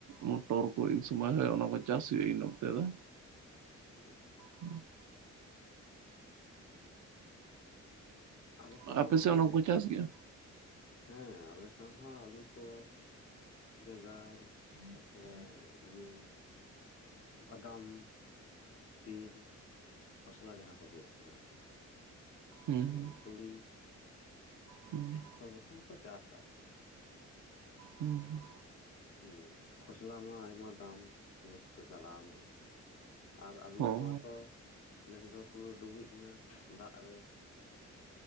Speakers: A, on the right; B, on the left.
A: ᱢᱚᱴᱚᱨ ᱠᱚ ᱤᱱ ᱥᱚᱢᱚᱭ ᱦᱚᱭᱳᱜ ᱚᱱᱟ ᱠᱚ ᱪᱟᱥ ᱦᱩᱭᱩᱜᱼᱟ ᱤᱱ ᱚᱠᱛᱮ ᱫᱚ
B: ᱦᱩ
A: ᱦᱩ
B: ᱟᱞᱮ
A: ᱟᱯᱮ
B: ᱥᱮᱫ ᱦᱚᱸ ᱚᱱᱠᱟᱜ
A: ᱚᱱᱟ
B: ᱜᱮ
A: ᱠᱚ ᱪᱟᱥ ᱜᱮᱭᱟ᱾
B: ᱦᱮᱸ ᱟᱞᱮ ᱥᱟᱶ ᱦᱚᱸ ᱟᱹᱞᱩ ᱠᱚ ᱵᱮᱸᱜᱟᱲ ᱛᱟᱯᱚᱨᱮ ᱤᱭᱟᱹ ᱵᱟᱫᱟᱢ ᱛᱤᱞ ᱠᱷᱚᱥᱞᱟ ᱡᱟᱦᱟᱸ ᱠᱚ ᱞᱮᱭᱟᱫ ᱠᱟᱱᱟ ᱟᱨᱠᱤ
A: ᱦᱩᱸ
B: ᱦᱮᱸ ᱛᱩᱲᱤ
A: ᱦᱩᱸ
B: ᱥᱚᱵᱽ ᱨᱚᱠᱚᱢ ᱠᱚ ᱪᱟᱥᱟ ᱟᱨᱠᱤ᱾
A: ᱦᱩᱸ ᱦᱩᱸ
B: ᱦᱩᱸ ᱠᱷᱚᱥᱞᱟ ᱢᱟ ᱟᱭᱢᱟ ᱫᱟᱢ ᱱᱮᱥ ᱫᱚ ᱪᱟᱞᱟᱣ ᱱᱟ᱾ ᱟᱨ
A: ᱦᱩᱸ
B: ᱟᱹᱞᱩ ᱢᱟᱛᱚ ᱱᱮᱥ ᱫᱚ ᱯᱩᱨᱟᱹ ᱰᱩᱵᱩᱡ ᱮᱱᱟ ᱫᱟᱜ ᱨᱮ